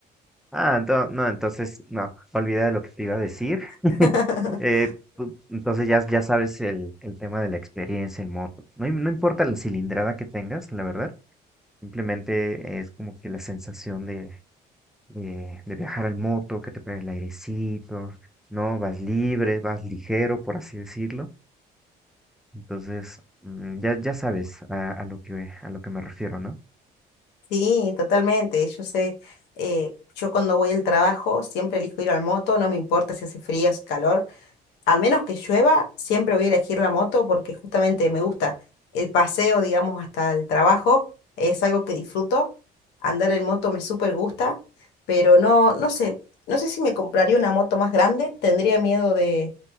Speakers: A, in the centre; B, on the left.
A: Ah, ento- no, entonces, no, olvida de lo que te iba a decir.
B: <laughs>
A: Eh, tú- entonces ya, ya sabes el, el tema de la experiencia en moto. No, im- no importa la cilindrada que tengas, la verdad, simplemente es como que la sensación de, eh, de viajar en moto, que te pega el airecito, ¿no? Vas libre, vas ligero, por así decirlo. Entonces, mm, ya, ya sabes a, a lo que, a lo que me refiero, ¿no?
B: Sí, totalmente. Yo sé, eh, yo cuando voy al trabajo siempre elijo ir al moto, no me importa si hace frío, si hace calor. al menos que llueva, siempre voy a elegir la moto porque justamente me gusta el paseo, digamos, hasta el trabajo, es algo que disfruto. Andar en moto me súper gusta, pero no, no sé, no sé si me compraría una moto más grande, tendría miedo de,